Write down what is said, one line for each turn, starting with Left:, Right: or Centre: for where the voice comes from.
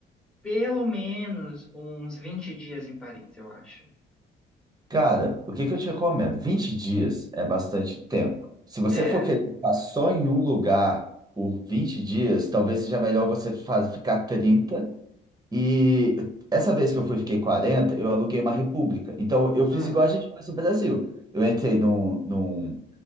Centre: pelo menos uns vinte dias em Paris, eu acho.
Right: Cara, o que que eu te recomendo? 20 dias é bastante tempo. Se você
Centre: É.
Right: for querer ficar só em um lugar por 20 dias, talvez seja melhor você fa- ficar 30. E essa vez que eu fui, fiquei 40 eu aluguei uma república. Então, eu fiz
Centre: Ah,
Right: igual a gente faz no Brasil. Eu entrei num, num,